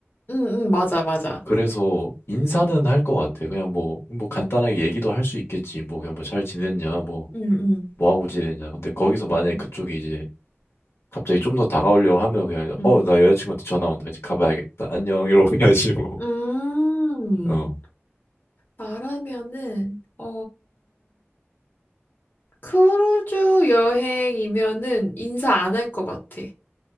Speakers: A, on the left; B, on the left.
A: 응, 응, 맞아, 맞아.
B: 그래서 인사는 할 것 같아. 그냥 뭐, 뭐 간단하게 얘기도 할 수 있겠지. 뭐 그냥 뭐 잘 지냈냐. 뭐
A: 응, 응.
B: 뭐 하고 지내냐. 근데 거기서
A: 응.
B: 만약에 그쪽이 이제 갑자기 좀 더 다가오려고 하면 그냥
A: 응.
B: 어, 나 여자친구한테 전화 온다. 이제 가봐야겠다. 안녕. 이러고 가야지 뭐.
A: 음.
B: 어.
A: 나라면은 어 크루즈 여행이면은 인사 안 할 것 같아.